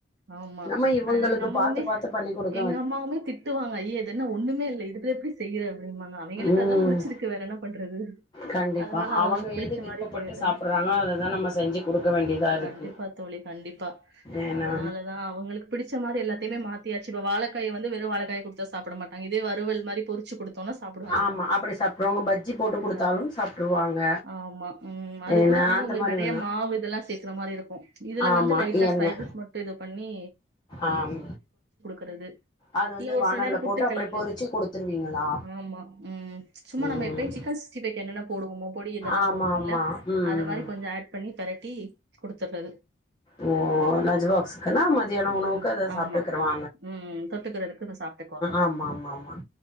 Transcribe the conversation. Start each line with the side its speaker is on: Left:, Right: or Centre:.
Right: ஆமா.
Left: நம்ம இவங்களுக்கு
Right: அ எங்க அம்மாவுமே
Left: பாத்துப் பாத்து பண்ணி குடுக்
Right: எங்க அம்மாவுமே திட்டுவங்க ஐய இதென்ன ஒன்னுமே இல்ல இதுல எப்படி செய்ய உண்மதா அவிங்களுக்கு எனக்கு
Left: ம்
Right: அதுதா புடிச்சிருக்கு வேற என்ன பண்றது
Left: கண்டிப்பா
Right: அதனால அவங்களுக்கு
Left: அவங்க
Right: பிடிச்ச
Left: எது விருப்பப்பட்டு
Right: மாரி போயிற
Left: சாப்புட்றாங்களோ அததா நம்ம செஞ்சு குடுக்க வேண்டியதா இருக்கு
Right: கண்டிப்பா தோலி கண்டிப்பா
Left: ஏன்னா
Right: அதனாலதா அவங்களுக்கு பிடிச்ச மாரி எல்லாத்தையுமே மாத்தியாச் இப்ப வாழகாய வந்து வெரு வாழகாய குடுத்தா சாப்ட மாட்டங்க இதே வறுவல் மாரி பொறுச் ச்சி குடுத்தோனா சாப்டுவாய்ங்க
Left: ஆமா அப்டி சாப்ட்ருவாங்க பஜ்ஜி போட்டு
Right: அப்றொ
Left: குடுத்தாலும்
Right: சாப்பற்றே
Left: சாப்ட்ருவாங்க
Right: ஆமா ம் அது
Left: ஏன்னா
Right: கூட வந்து
Left: அந்த
Right: ஒங்களுக்கு
Left: மாரி
Right: நறைய
Left: வேணா
Right: மாவு இதெல்லா சேக்குற மாரி இருக்கு இதுல
Left: ஆமா
Right: வந்து லைட்டா
Left: எண்ணெ
Right: ஸ்பைஸஸ் மட்டு இது பண் நீ
Left: ஆம்
Right: க்குறது
Left: அது வந்து
Right: இல்ல ஒரு
Left: வானல்ல
Right: சில நேரோ புட்டு
Left: போட்டு அப்டியே
Right: கெழங்கு
Left: பொறிச்சு குடுத்துருவீங்களா
Right: ஆமா ம் சும்மா
Left: ம்
Right: நம்ம எப்பயு சிக்கன் சிக்ஸ்ட்டி பைஃக்கு என்னென்ன போடுவோமோ பொடி இதெல்லா
Left: ஆமா
Right: போடுவோல்ல
Left: ஆமா ம்
Right: அத மாரி கொஞ்சொ ஆட் பண்ணி ணிப் பெரட்டி குடுத்துற்றது
Left: ஓ லஞ்ச் பாக்ஸுகுன்னா மதியான
Right: ம்.
Left: உணவுக்கு அத
Right: ஆமா.
Left: சாப்டுக்குறுவா
Right: ம் தொட்டுக்கிறதுக்கு இத சாப்ட்டுக்குவாங்க
Left: ஆமா ஆமா ஆமா